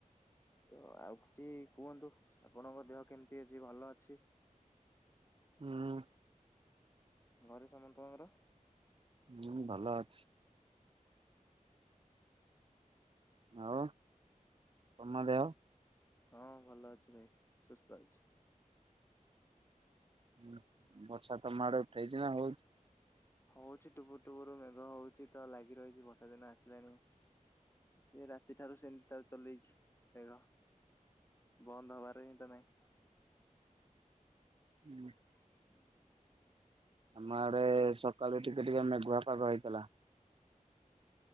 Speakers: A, on the left (about 15°); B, on the right (about 40°).
A: ତ ଆଉ କିଛି କୁହନ୍ତୁ, ଆପଣଙ୍କ ଦେହ କେମତି ଅଛି ଭଲ ଅଛି?
B: ହୁଁ।
A: ଘରେ ସମତଙ୍କର?
B: ହୁଁ, ଭଲ ଅଛି। ଆଉ ତମ ଦେହ?
A: ହଁ, ଭଲ ଅଛି ଭାଇ, ସୁସ୍ଥ ଅଛି।
B: ଉଁ ହୁଁ। ବର୍ଷା ତମ ଆଡ଼େ ଉଠେଇଛି ନା ହଉଛି?
A: ହଉଛି, ଟୁପୁ ଟୁପରୁ ମେଘ ହଉଛି, ତ ଲାଗି ରହିଛି ବର୍ଷା ଦିନ ଆସିଲାଣି। ସେ ରାତିଠାରୁ ସେମତି ତାର ଚଲେଇଛି ମେଘ, ବନ୍ଦ ହବାର ହିଁ ତ ନାହିଁ।
B: ହୁଁ।
A: ହ
B: ଆମ ଆଡେ ସକାଳୁ ଟିକେ ଟିକେ ମେଘୁଆ ପାଗ ହେଇଥିଲା।
A: ହଁ